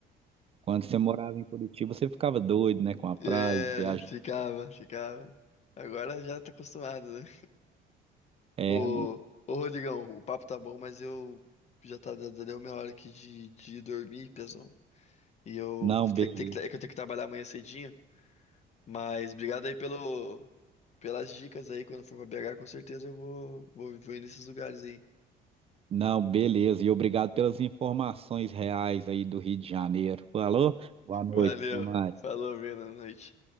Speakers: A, on the right (about 35°); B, on the left (about 40°).
A: Quando você morava em Curitiba, você ficava doido, né? Com a praia,
B: É,
A: de viagem.
B: ficava, ficava. Agora já tô acostumado, né?
A: É,
B: Pô,
A: no-
B: ô Rodrigão, o papo tá bom, mas eu já tá já deu minha hora aqui de, de dormir, pesão. E eu
A: não,
B: vou ter
A: beleza.
B: que ter que, é que eu tenho que trabalhar amanhã cedinho. Mas obrigado aí pelo, Pelas dicas aí, quando for pra BH, com certeza eu vou, vou, vou ir nesses lugares aí.
A: Não, beleza. E obrigado pelas informações reais aí do Rio de Janeiro. Falou? Boa noite,
B: Valeu,
A: até mais.
B: falou, Breno, boa noite.